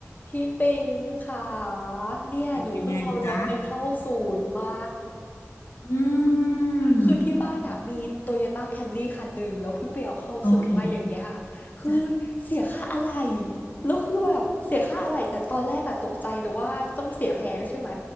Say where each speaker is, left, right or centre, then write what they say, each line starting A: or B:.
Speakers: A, on the left; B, on the left.
A: พี่ปิงค่ะเนี่ยหนูเพิ่งเอารถไปเข้าศูนย์มา
B: เป็นยังไงจ๊ะอืม
A: คือที่บ้านอ่ะมีโตโยต้าแคมรี่คันหนึ่งแล้วเพิ่งไปเอาเข้าศูนย์มาอย่างเงี้ย
B: โอเค
A: คือ
B: จ้ะ
A: เสียค่าอะไหล่แล้วคือแบบเสียค่าอะไหล่แต่ตอนแรกอะตกใจหนูว่าต้องเสียแพงใช่ไหม